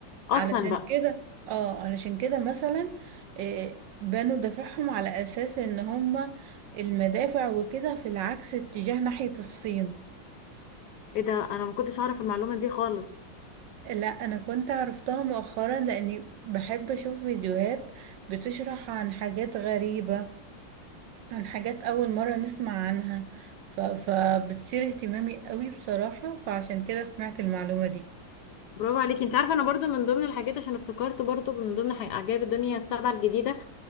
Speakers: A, on the right; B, on the left.
A: علشان
B: اصلا بقى
A: كده اه علشان كده مثلا آه، بنوا دوافعهم على اساس ان هما المدافع وكده في العكس اتجاه ناحية الصين
B: ايه ده انا ما كنتش اعرف المعلومة دي خالص
A: لا انا كنت عرفتها مؤخرا لاني بحب اشوف فيديوهات بتشرح عن حاجات غريبة عن حاجات اول مرة نسمع عنها ف... فبتثير اهتمامي قوي بصراحة فعشان كده سمعت المعلومة دي
B: برافو عليكي انت عارفه انا برضو من ضمن الحاجات عشان افتكرت برضو من ضمن حي- عجائب الدنيا السبعه الجديده